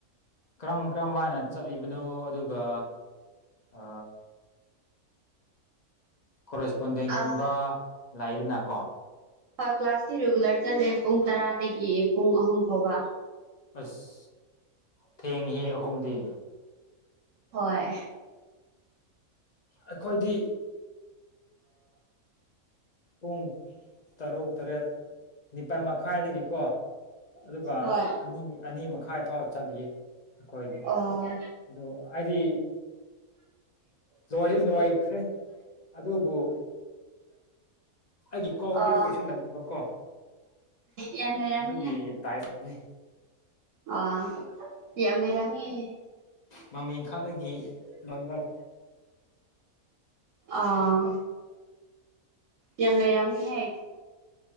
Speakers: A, on the left; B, on the right.
A: ꯀꯔꯝ ꯀꯔꯝ ꯍꯥꯏꯅ ꯆꯠꯂꯤꯕꯅꯣ ꯑꯗꯨꯒ ꯑ ꯀꯣꯔꯦꯁꯄꯣꯟꯗꯦꯟꯒꯨꯝꯕ
B: ꯑ
A: ꯂꯩꯗꯅꯀꯣ
B: ꯀ꯭ꯂꯥꯁꯁꯤ ꯔꯤꯒꯨꯂꯔ ꯆꯜꯂꯦ ꯄꯨꯡ ꯇꯔꯥꯗꯒꯤ ꯄꯨꯡ ꯑꯍꯨꯝ ꯐꯥꯎꯕ
A: ꯑꯁ ꯊꯦꯡꯍꯤ ꯑꯍꯨꯝꯗꯤ
B: ꯍꯣꯏ
A: ꯑꯩꯈꯣꯏꯗꯤ ꯄꯨꯡ ꯇꯔꯨꯛ ꯇꯔꯦꯠ ꯅꯤꯄꯥꯜ ꯃꯈꯥꯏꯗꯒꯤꯀꯣ ꯑꯗꯨꯒ
B: ꯍꯣꯏ
A: ꯑꯅꯤ ꯑꯅꯤ ꯃꯈꯥꯏ ꯐꯥꯎꯕ ꯆꯠꯂꯤꯌꯦ ꯑꯩꯈꯣꯏꯗꯤ
B: ꯑꯣ
A: ꯑꯣ ꯍꯥꯏꯗꯤ ꯂꯣꯏꯔꯤ ꯂꯥꯏꯈ꯭ꯔꯦ ꯑꯗꯨꯕꯨ ꯑꯩꯒꯤ ꯀꯣꯛꯗꯤ
B: ꯑꯣ
A: ꯀꯩꯁꯨ ꯂꯩꯇꯕ ꯀꯣ
B: ꯌꯥꯝ ꯂꯩꯔꯝꯅꯤꯍꯦ
A: ꯑꯗꯨꯒꯤ ꯇꯥꯏꯗꯤ
B: ꯑ <unintelligible>
A: ꯃꯃꯤ ꯏꯪꯈꯥꯗꯒꯤ ꯂꯧꯔꯤꯕ
B: ꯑꯥ ꯌꯥꯝ ꯂꯩꯔꯝꯃꯤꯍ